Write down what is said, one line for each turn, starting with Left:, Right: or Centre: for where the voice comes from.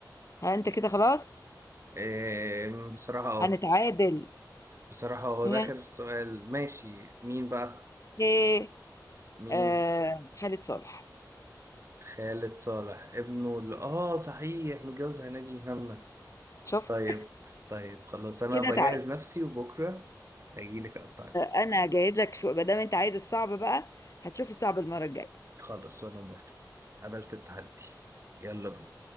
Left: ها انت كده خلاص
Right: إيه بصراحة اه
Left: هنتعادل
Right: بصراحة هو
Left: ها؟
Right: ده آخر سؤال ماشي مين بقى
Left: ايه
Right: مين
Left: آه خالد صالح
Right: خالد صالح ابنه اللي اه صحيح متجوز هنادي مهنا
Left: شفت
Right: طيب طيب خلاص انا
Left: <laughs> كده
Right: بجهز
Left: تعالى
Right: نفسي وبكره اجي لك اقطعك
Left: انا جاهز لك شو ما دام انت عايز الصعب بقى هتشوف الصعب المرة الجاية
Right: خلاص وانا موافق قبلت التحدي يلا بينا